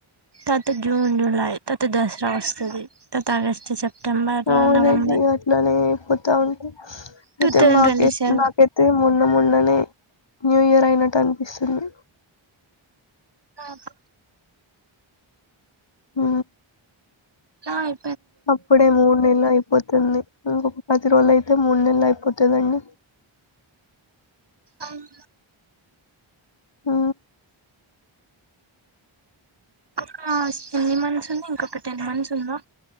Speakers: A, on the right (about 55°); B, on the left (about 60°).
A: తర్వాత జూన్, జూలై తర్త దసరా వస్తుంది తత ఆగస్ట్ సెప్టెంబర్
B: అవునండి
A: నవంబర్
B: అట్లనే.... ఒత్తా వుంటే..
A: టూ
B: ఐతే
A: థౌజండ్
B: మాక
A: ట్వంటీ సెవెన్
B: మాకతే మొన్న మొన్ననే న్యూ ఇయర్ ఐనట్టు అనిపిస్తుంది...
A: ఆహ్....
B: ఉ...
A: ఓయ్...
B: అప్పుడే మూడు నెళ్లు అయిపోతుంది ఎందుకు. పది రోజులు అయితే మూడు నెళ్ళు అయిపోతుందండి...
A: అమ్మ
B: ఆ
A: ఒక ఎన్ని మంత్స్ ఉంది ఇంకొక టెన్ మంత్స్ ఉందా